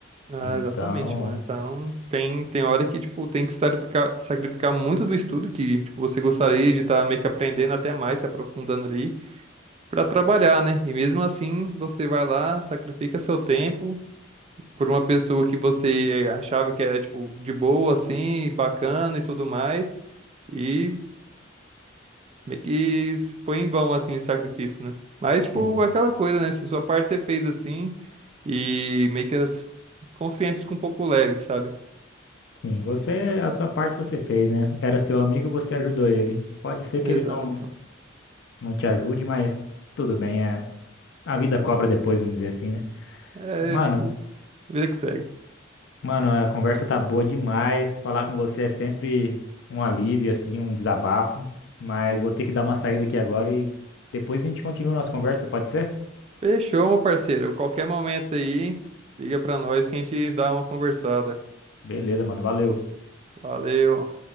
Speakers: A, on the right; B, on the left.
A: Ah,
B: Então,
A: exatamente, mano. Então, tem, tem hora que, tipo, tem que sacrificar, sacrificar muito do estudo que, tipo, você gostaria de estar meio que aprendendo até mais, se aprofundando ali. para trabalhar, né? E mesmo assim, você vai lá, sacrifica seu tempo por uma pessoa que você achava que era, tipo, de boa, assim, bacana e tudo mais. E meio que foi em vão, assim, esse sacrifício, né? Mas, tipo,
B: sim,
A: aquela coisa, né? Se sua parte você fez assim, e meio que as confianças ficam um pouco leve, sabe?
B: sim, você, a sua parte você fez, né? Era seu amigo, você ajudou ele. Pode ser
A: Exato.
B: que ele não, não te ajude, mas tudo bem, é, a vida cobra depois, vamos dizer assim, né?
A: É,
B: Mano,
A: tipo, vida que segue.
B: Mano, a conversa tá boa demais. Falar com você é sempre um alívio, assim, um desabafo. Mas vou ter que dar uma saída aqui agora e depois a gente continua a nossa conversa, pode ser?
A: Fechou, meu parceiro. Qualquer momento aí, liga pra nós que a gente dá uma conversada.
B: Beleza, mano. Valeu.
A: Valeu.